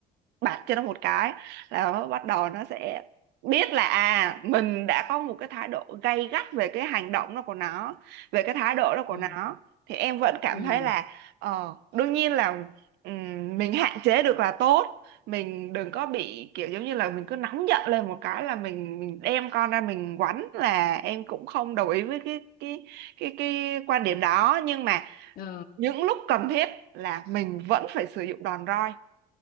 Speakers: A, on the right; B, on the left.
A: bạt cho nó một cái là nó bắt đầu nó sẽ biết là à mình đã có một cái thái độ gay gắt về cái hành động đó của nó về cái thái độ đó của
B: ừ
A: nó thì em vẫn cảm
B: ừ
A: thấy là ờ, đương nhiên là ừm, mình hạn chế được là tốt mình đừng có bị kiểu giống như là mình cứ nóng giận lên một cái là mình mình đem con ra mình quánh là em cũng không đồng ý với cái cái cái cái quan điểm đó nhưng mà
B: ừ
A: những lúc cần thiết là mình vẫn phải sử dụng đòn roi